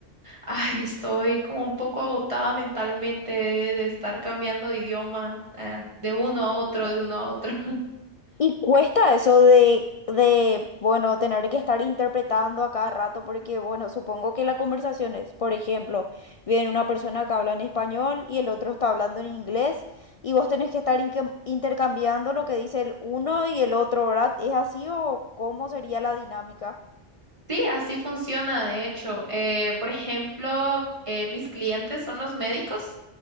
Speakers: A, on the right; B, on the left.
A: ay, estoy como un poco agotada mentalmente de estar cambiando de idioma, eh, de uno a otro, de uno a otro.
B: Y cuesta eso de, de, bueno, tener que estar interpretando a cada rato, porque, bueno, supongo que la conversación es, por ejemplo, viene una persona que habla en español y el otro está hablando en inglés, y vos tenés que estar inque- intercambiando lo que dice el uno y el otro, ¿verdad? ¿Es así o cómo sería la dinámica?
A: Sí, así funciona, de hecho. Eh, por ejemplo, eh, mis clientes son los médicos,